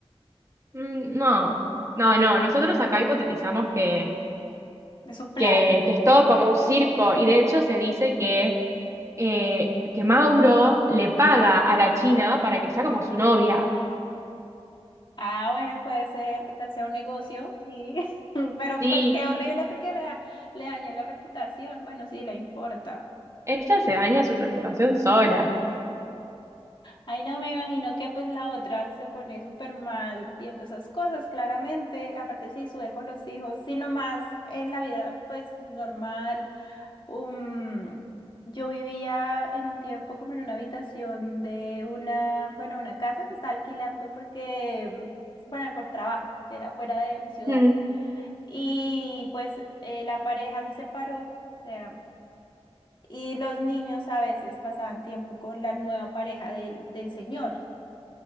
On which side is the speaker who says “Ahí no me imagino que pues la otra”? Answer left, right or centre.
Left